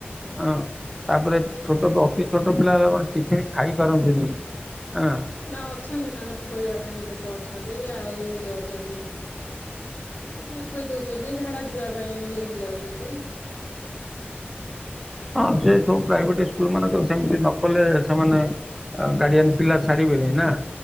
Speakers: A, in the centre; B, on the left.
A: ହଁ ତାପରେ ଛୋଟ ତ, ଏ ଛୋଟ ପିଲା ହେଲା ଟିଫନ୍ ଖାଇ ପାରନ୍ତି ହେନା,
B: ନା ଅଛନ୍ତି ତାଙ୍କର ଖୋଇବା ପାଇଁ ଲୋକ ଅଛନ୍ତି ଆଉ ଇଏ ଅଛନ୍ତି, ମାନେ ଖଇ ଦଉଛନ୍ତି ଝାଡ଼ା ଯିବା ପାଇଁ ନେଇକି ଯାଉଛନ୍ତି,
A: ହଁ ସେ ସବୁ ପ୍ରାଇଭେଟ ସ୍କୁଲ ମାନଙ୍କ ସେମିତି ନ କଲେ ସେମାନେ ଗାଡିଆନ ପିଲା ଛାଡିବେନି ନା